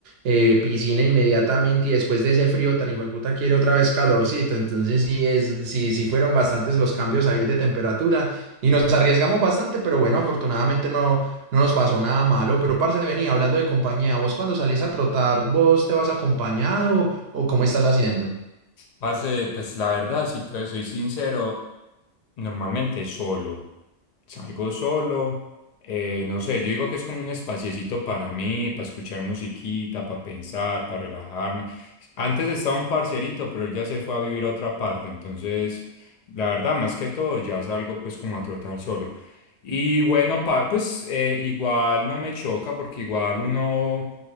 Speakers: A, on the right; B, on the left.
A: eh, piscina inmediatamente y después de ese frío tan puta quiere otra vez calorcito. Entonces sí es, sí, sí fueron bastantes los cambios ahí de temperatura y nos arriesgamos bastante, pero bueno, afortunadamente no, no nos pasó nada malo. Pero parce, venía hablando de compañía, vos cuando salís a trotar, ¿vos te vas acompañado o cómo estás haciendo?
B: Parce, pues la verdad, si te soy sincero, normalmente solo. Salgo solo, eh, no sé, yo digo que es como un espaciecito para mí, para escuchar musiquita, para pensar, para relajarme. Antes estaba un parcerito, pero él ya se fue a vivir a otra parte, entonces, la verdad, más que todo, ya salgo pues como a trotar solo. Y bueno, pa- pues eh, igual no me choca porque igual uno,